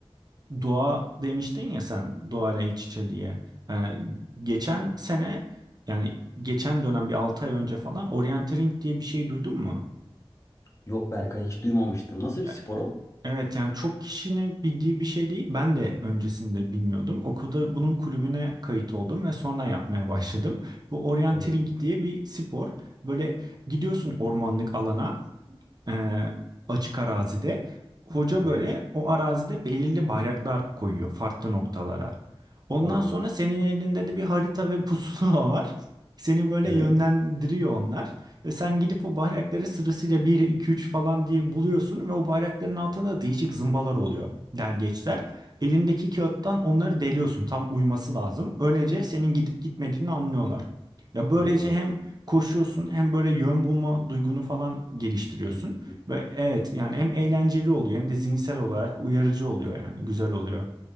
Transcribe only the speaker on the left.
Yok Berkay hiç duymamıştım. Nasıl bir spor
o?
Evet.
Evet.
O
evet.
E,
o
geliyor.